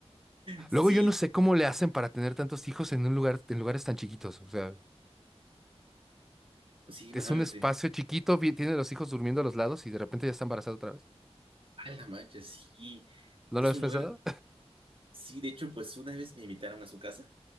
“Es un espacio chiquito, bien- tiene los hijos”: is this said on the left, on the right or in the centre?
Centre